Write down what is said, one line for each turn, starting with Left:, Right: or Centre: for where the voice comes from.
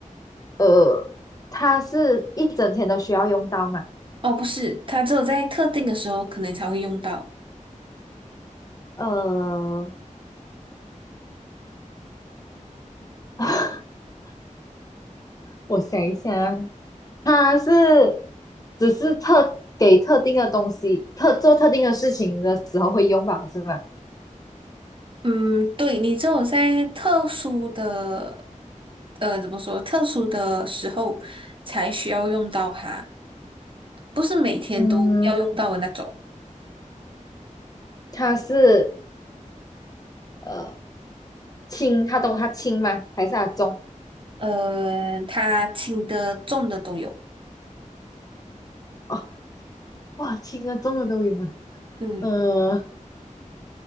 Left: 呃，它是一整天都需要用到嘛？
Right: 哦，不是，它只有在特定的时候可能才会用到。
Left: 呃，<laughs> 我想一下，它是只是特给特定的东西，特做特定的事情的时候会用吧，是吗？
Right: 嗯，对，你只有在特殊的，呃，怎么说？特殊的时候才需要用到它，不是每天都要用到的那种。
Left: 嗯，它是呃轻，它懂它轻吗？还是它重？
Right: 呃，它轻的、重的都有。
Left: 哦，哇，轻的重的都有啊。
Right: 嗯，
Left: 呃，